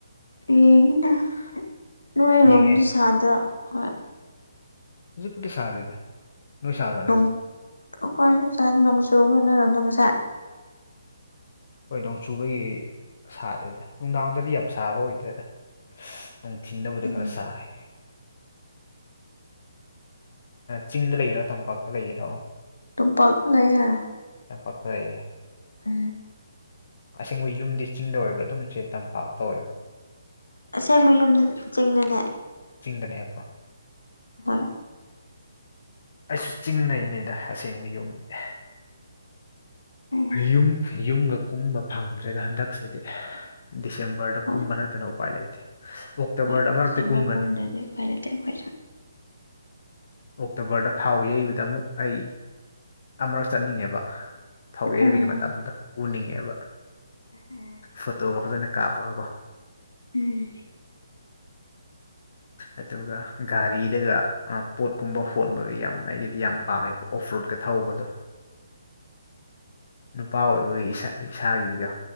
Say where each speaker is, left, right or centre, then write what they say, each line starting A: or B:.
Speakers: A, on the left; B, on the left.
A: ꯌꯦꯡꯉꯗ ꯅꯣꯏꯔꯣꯝꯗꯤ
B: ꯌꯦꯡꯉꯦ
A: ꯁꯥꯗ꯭ꯔꯣ ꯍꯣꯏ
B: ꯖꯨꯛꯨꯗꯤ ꯁꯥꯔꯦꯗ ꯅꯣꯏꯏ ꯁꯥꯥꯔꯣ
A: ꯅꯣꯡ
B: ꯍꯧꯖꯛꯣ
A: ꯑꯩꯈꯣꯏꯁꯨ ꯆꯥ ꯅꯣꯡꯆꯨ ꯅꯔꯣꯝꯗꯪ ꯉꯁꯥꯏ
B: ꯍꯣꯏ ꯅꯣꯡꯆꯨꯕꯒꯤ ꯁꯥꯗꯦꯗ ꯅꯨꯡꯗꯥꯡꯗꯗꯤ ꯌꯥꯝ ꯁꯥꯕ ꯑꯣꯏꯗꯦꯗ ꯅꯨꯡ ꯊꯤꯟꯕꯨꯗꯤ
A: ꯎꯝ
B: ꯈꯔ ꯁꯥꯏ ꯆꯤꯡꯗ ꯂꯩꯒꯦꯔꯥ ꯇꯝꯄꯥꯛꯇ ꯂꯩꯒꯦꯔꯣ
A: ꯇꯝꯄꯥꯛꯥꯛ ꯂꯩꯦ
B: ꯇꯝꯄꯥꯛꯛꯛꯇ ꯑꯣꯏꯌꯦꯦ
A: ꯑ
B: ꯑꯁꯦꯡꯕ ꯌꯨꯝꯗꯤ ꯆꯤꯡꯗ ꯑꯣꯏꯕ꯭ꯔꯥ ꯑꯗꯨꯝ ꯁꯤꯦ ꯇꯝꯄꯥꯛꯇ ꯑꯣꯏꯕ꯭ꯔꯥ
A: ꯑꯁꯦꯡꯕ ꯌꯨꯝꯗ ꯆꯤꯡꯅꯅꯦ
B: ꯆꯤꯡꯗꯅꯦꯕꯀꯣ
A: ꯍꯣꯏ
B: ꯑꯩꯁꯨ ꯆꯤꯡꯗꯩꯅꯦꯗ ꯑꯁꯦꯡꯕ ꯌꯨꯝꯗꯤ
A: ꯎꯝ
B: ꯌꯨꯝ ꯌꯨꯝꯒ ꯀꯨꯝꯕ ꯐꯪꯗ꯭ꯔꯦꯗ ꯍꯟꯗꯛꯁꯤꯗꯤ ꯗꯤꯁꯦꯝꯕꯔꯗ
A: ꯍꯣꯏ
B: ꯀꯨꯝꯕ ꯅꯠꯇꯅ ꯎꯄꯥꯏ ꯂꯩꯇꯦ ꯑꯣꯛꯇꯣꯕꯔꯗ
A: ꯍꯣꯏ
B: ꯑꯃꯛꯇꯤ
A: ꯗꯤꯁꯦꯝꯕꯔ
B: ꯀꯨꯝꯒꯅꯤ
A: ꯀꯨꯝꯗ꯭ꯔꯗꯤ ꯎꯄꯥꯏ ꯂꯩꯇꯦ ꯑꯈꫭꯏꯁꯨ
B: ꯑꯣꯛꯇꯣꯕꯔꯗ ꯐꯥꯎ ꯌꯩꯕꯗ ꯑꯃꯨꯛ ꯑꯩ ꯑꯃꯨꯔꯛ ꯆꯠꯅꯤꯡꯉꯦꯕ ꯐꯧ ꯌꯩꯕꯒꯤ
A: ꯎꯝ
B: ꯃꯇꯝꯗꯣ ꯎꯅꯤꯡꯉꯦꯕ
A: ꯎꯝ
B: ꯐꯣꯇꯣꯒ ꯐꯖꯅ ꯀꯥꯞꯄꯒꯀꯣ
A: ꯎꯝ
B: ꯑꯗꯨꯒ ꯒꯥꯔꯤꯗꯒ ꯄꯣꯠꯀꯨꯝꯕ ꯍꯣꯟꯕꯗꯨ ꯌꯥꯝ ꯑꯩꯒꯤꯗꯤ ꯌꯥꯝ ꯄꯥꯝꯃꯦꯕ ꯑꯣꯐ ꯔꯣꯗꯀ ꯊꯧꯕꯗꯣ ꯅꯨꯄꯥ ꯑꯣꯏꯕꯒꯤ ꯏꯁꯥꯒꯤꯗꯣ